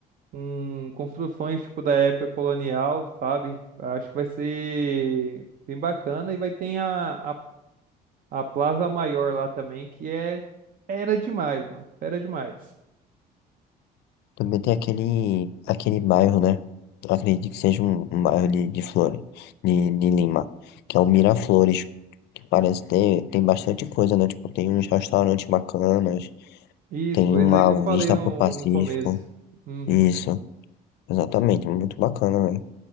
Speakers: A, on the right (about 55°); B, on the left (about 80°).
A: com construções tipo da época colonial, sabe? Acho que vai ser bem bacana e vai ter a, a, a Plaza Maior lá também, que é fera demais, mano, fera demais.
B: Também tem aquele, aquele bairro, né? Eu Acredito que seja um, um bairro de, de Flores, de, de Lima, que é o Miraflores, que parece ter, tem bastante coisa, né? Tipo, tem uns restaurantes bacanas,
A: Isso,
B: tem
A: foi
B: uma
A: isso aí que eu falei
B: vista
A: no,
B: pro Pacífico.
A: no começo. Uhum.
B: Isso, exatamente, muito bacana, né?